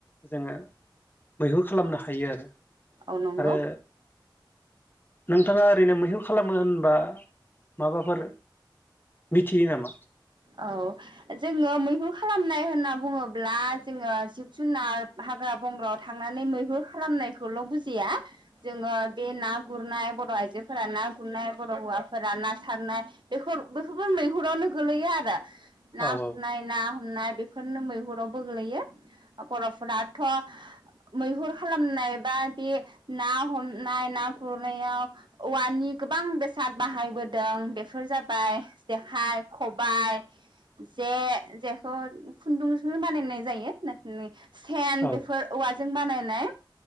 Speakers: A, on the left (about 25°); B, on the right (about 65°).
A: जोङो। मैहुर खालामनो हायो आरो।
B: औ नंगौ।
A: आरो नोंथाङा ओरैनो मैहुर खालामो होनबा माबाफोर। मिथियो नामा?
B: औ जोङो मैहुर खालामनाय होनना बुङोब्ला जोङो जिब जुनार हाग्रा बंग्रायाव थांनानै मैहुर खालामनायखौल' बुजिया जोङो बे ना गुरनाय बर' आयजोफोरा ना गुरनाय बर' हुआफोरा ना सारनाय बेफोरबो मैहुर आवनो गोलैयो आरो <unintelligible> ना
A: औ औ
B: गुरनाय ना हमनाय बेफोरनो मैहुरावबो गोलैयो बरफोराथ मैहुर खालामनाय बा बे ना हमनाय ना गुरनायाव औवानि गोबां बेसाद बाहायबोदों बेफोर जाबाय जेखाइ खबायाइ जे जेखौ खुन्दुंजों बानायनाय जायो नों सेन
A: औ
B: बेफोर औवाजों बानायनाय